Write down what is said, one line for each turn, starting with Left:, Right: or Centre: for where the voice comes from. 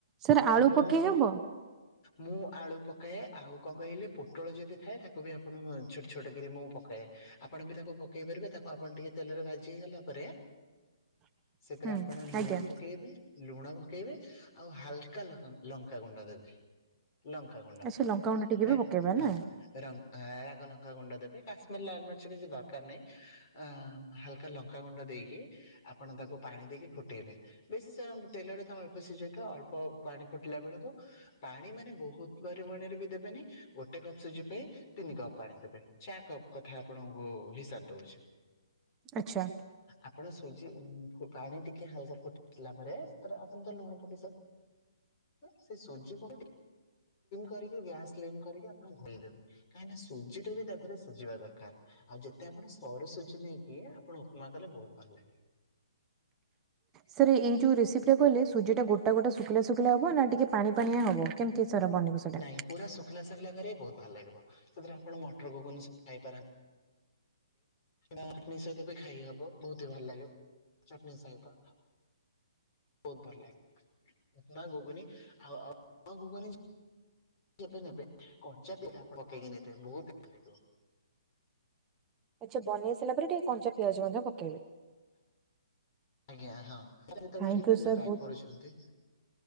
Right: ସାର୍ ଆଳୁ
Left: ମୁଁ
Right: ପକେଇ
Left: ତ
Right: ହବ
Left: ମୁଁ ଆଳୁ ପକାଏ ଆଉ କଣ କହିଲେ ପୋଟଳ ଯଦି ଥାଏ ତାକୁ ବି ଆପଣ ଛ ଛୋଟକରି ମୁଁ ପକାଏ ଆପଣ ବି ତାକୁ ପକେଇ ପାରିବେ ତାକୁ ଆପଣ ଟିକେ ତେଲରେ ଭାଜି ହେଇଗଲା ପରେ
Right: <inaudible>
Left: ସେଥିରେ ଆପଣ ଲୁଣ
Right: ଆଜ୍ଞା
Left: ପକେଇବେ। ଲୁଣ ପକେଇବେ ଆଉ ହାଲକା ଲଙ୍କା ଗୁଣ୍ଡ ଦେବେ। ଲଙ୍କଙ୍କା ଗୁଣ୍ଡା
Right: ଆଚ୍ଛା ଲଙ୍କାଗୁଣ୍ଡ ଟିକେ
Left: ରା
Right: ବି ପକେଇବା
Left: ହଁ
Right: ନା
Left: ର ଅ ରାଗ ଲଙ୍କା ଗୁଣ୍ଡ ଦେବେ କାଶ୍ମୀର ଲାଲ ମିର୍ଚ କିଛି ଦରକାର ନାହିଁ। ଅ ହାଲକା ଲଙ୍କାାଗୁଣ୍ଡ ଦେଇକି ଆପଣ ତାକୁ ପାଣି ଦେଇକି ଫୁଟେଇବେ। ବେଶୀ ତ ତେଲରେ ତ ଅଳ୍ପ ସିଝେଇ ତ ଅଳ୍ପ ପାଣି ଫୁଟିଲା ବେଳକୁ ପାଣି ମାନେ ବହୁତ ପରିମାଣରେ ବି ଦେବେନି ଗୋଟେ କପ ସୁଜି ପାଇଁ ତିନି କପ ପାଣି ଦେବେ ଚା କପ୍ କଥା ଆପଣଙ୍କୁ ହିସାବ ଦଉଛି।
Right: ଆଚ୍ଛା।
Left: ଆପଣ ସଜି ପାଣି ଟିକେ ହାଲକା ଫୁଟ ଆସିଲଲା ପରେ ସେରେ ଆପଣ ତ ଲୁଣ ପକେଇସ ସେ ସୁଜି ପ କରିକି ବ୍ୟା କରିକି ଆପଣ ଧୋଇଦବେ। କାହିଁକି ସୁଜି ଟା ବି ତା ଥିରେ ସିଝିବା ଦରକାର। ଆଉ ଯେତେ ଆପଣ ସରୁ ସୁଜି ନେଇକି ଆପଣ ଉପମା କଲେ ବହୁତ ଭଲ ଲାଗେ।
Right: ସାର୍ ଏଇ ଯୋଉ ରେସିପି ଟା କହିଲେ ସୁଜି ଟା ଗୋଟା ଗୋଟା ଶୁଖା ଶୁଖିଲା ହବ ନା ଟିକେ ପାଣି ପାାଣିଆ ହବ କେମିତି ସାର ବନିବ ସେଇଟା?
Left: ନାଇଁ ପୁରା ଶୁଖିଲା ଶୁଖିଲା କର ବହୁତ ଭଲ ଲାଗିବ ସେଥିରେ ଆପଣ ମଟର କ ଖାଇପାରନ୍ତ ଆତ୍ମୀ ସହିତ ବି ଖାଇ ହବ ବହୁତ ଭଲ ଲାଗେ। ଚଟଣିି ସ ଆହିତ। ବହୁତ ଭଲ ଲାଗେ ମା କୁନି ଆଉ ଗୁଗୁ ବେ ନେବେ କଞ୍ଚା ପିଟା ପକେଇକି ନେବେ ବହୁତ <unintelligible>
Right: ଆଚ୍ଛା ବନେଇ ସାରିଲା ପରେ ଟିକେ କଞ୍ଚାିଆଜ ମଧ୍ୟ ପକେଇବେ।
Left: ଆଜ୍ଞା ହଁ ଯେତେବେଳେଟିିନ
Right: ଥ୍ୟାଙ୍କ ୟୁ ସାର୍
Left: ପ୍ୟାକ୍
Right: ବହୁତ
Left: କରୁଛନ୍ତି